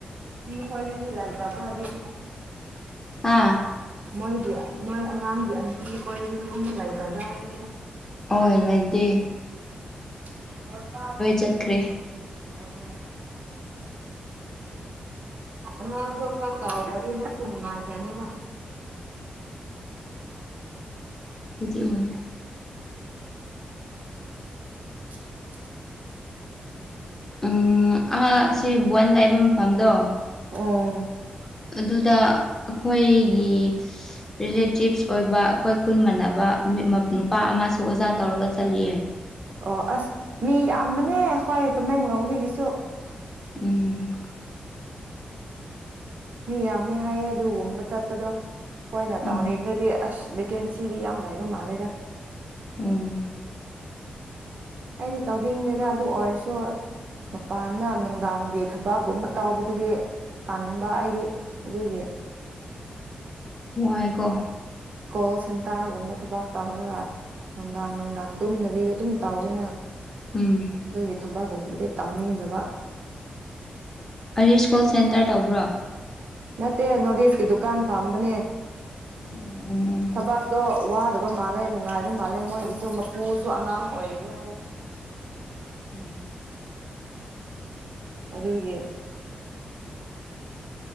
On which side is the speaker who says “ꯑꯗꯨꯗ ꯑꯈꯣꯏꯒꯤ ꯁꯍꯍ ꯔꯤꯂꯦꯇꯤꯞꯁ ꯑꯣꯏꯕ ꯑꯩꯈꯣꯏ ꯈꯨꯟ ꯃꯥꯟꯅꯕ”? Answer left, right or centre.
Left